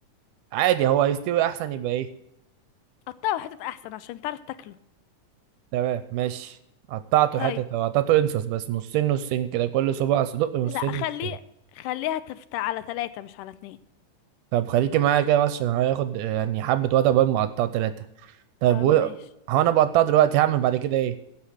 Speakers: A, on the right (about 80°); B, on the left (about 80°).
A: عادي هو هيستوي احسن يبقى ايه
B: قطعه حتت احسن عشان تعرف تاكله
A: تمام ماشي قطعته
B: طيب
A: حتت او قطعته انصص بس نصين نصين كده كل صباع صدق نصين
B: لا خليه
A: نصين
B: خليها تفت على ثلاثة مش على اتنين
A: طب خليكي معايا كده بس عشان هياخد آه، يعني حبه وقت قبل ما اقطعه ثلاثه طب
B: طب
A: و...
B: ماشي
A: هو انا بقطعه دلوقتي هعمل بعد كده ايه